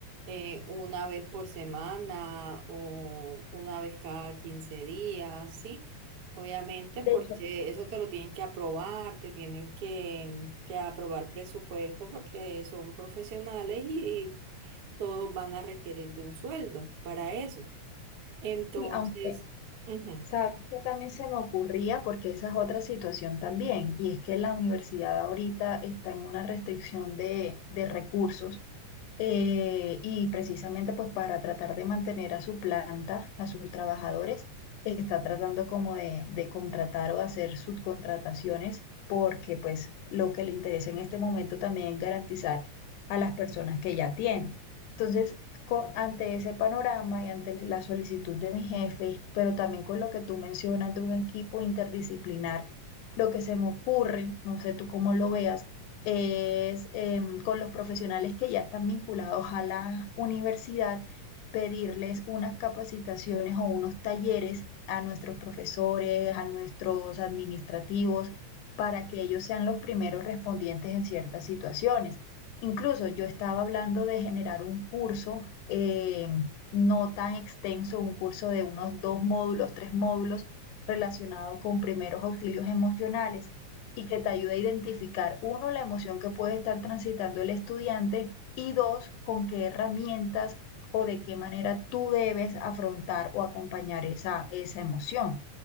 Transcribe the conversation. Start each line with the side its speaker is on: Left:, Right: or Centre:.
Right: eh, una vez por semana o una vez cada 15 días, ¿sí? Obviamente, porque
Left: De hecho,
Right: eso te lo tienen que aprobar, te tienen que, que aprobar presupuesto porque son profesionales y todos van a requerir de un sueldo para eso. Entonces,
Left: sí, aunque
Right: ujú.
Left: sabes que también se me ocurría, porque esa es otra situación también, y es que la universidad ahorita está en una restricción de de recursos eh, y precisamente pues para tratar de mantener a su planta, a sus trabajadores, está tratando como de, de contratar o de hacer subcontrataciones porque pues lo que le interesa en este momento también es garantizar a las personas que ya tiene. Entonces, con- ante ese panorama y ante la solicitud de mi jefe, pero también con lo que tú mencionas de un equipo interdisciplinar, lo que se me ocurre, no sé tú cómo lo veas, es em, con los profesionales que ya están vinculados a la universidad, pedirles unas capacitaciones o unos talleres a nuestros profesores, a nuestros administrativos, para que ellos sean los primeros respondientes en ciertas situaciones. Incluso yo estaba hablando de generar un curso em, no tan extenso, un curso de unos dos módulos, tres módulos relacionado con primeros auxilios emocionales y que te ayude a identificar, uno, la emoción que puede estar transitando el estudiante y dos, con qué herramientas o de qué manera tú debes afrontar o acompañar esa, esa emoción.